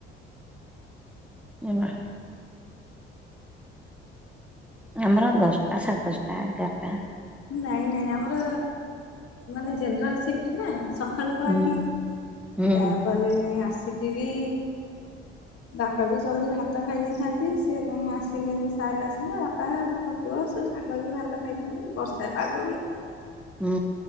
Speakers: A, in the centre; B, on the left.
A: <unintelligible> ଆମର ଦଶଟା, ସାଢେ ଦଶଟା, ଏଗାରଟା।
B: ନାଇଁ, ନାଇଁ ଆମର ମାନେ ଜେନେରାଲ ସିଫ୍ଟ ନା ସ ସଖାଳୁ ପଳାନ୍ତି,
A: ହୁଁ ହୁଁ
B: ତାପରେ ଆସିକିରି ବାପା ବି ଜଲ୍ଦି ଭାତ ଖାଇ ଦେଇେଇଥାନ୍ତି, ସେ ତାଙ୍କ ଆସିଲେ ସାର୍ ଆସିଲେ ବାପା ତାଙ୍କ ପୁଅ ସ ସାଙ୍ଗ ହେଇକି ଭାତ ଖାଇଥାନ୍ତି, ବର୍ଷା ପାଗ ବି।
A: ହୁଁ।